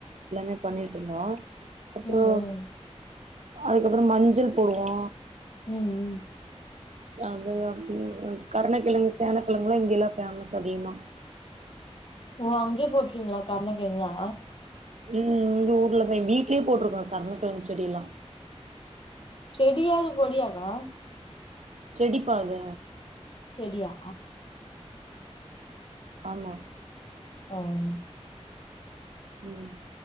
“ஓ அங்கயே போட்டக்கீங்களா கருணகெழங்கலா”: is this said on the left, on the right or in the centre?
Left